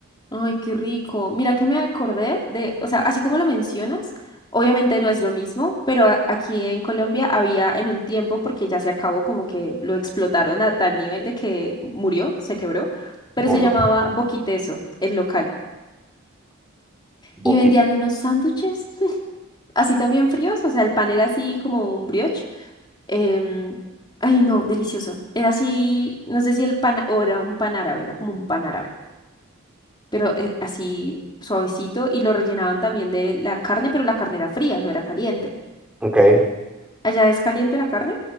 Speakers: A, on the left; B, in the centre.
A: Ay, qué rico. Mira que me acordé de, o sea, así como lo mencionas, obviamente no es lo mismo, pero a- aquí en Colombia había en un tiempo, porque ya se acabó, como que lo explotaron a tal nivel de que murió, se quebró, pero
B: o
A: se llamaba
B: no,
A: Boquiteso, el local.
B: poquito.
A: Y vendían unos sándwiches <laughs> así también fríos, o sea, el pan era así como un brioche. em, ay, no, delicioso. Era así, no sé si el pan, o era un pan árabe, era como un pan árabe pero eh, así suavecito y lo rellenaban también de la carne, pero la carne era fría, no era caliente.
B: Ok.
A: ¿Allá es caliente la carne?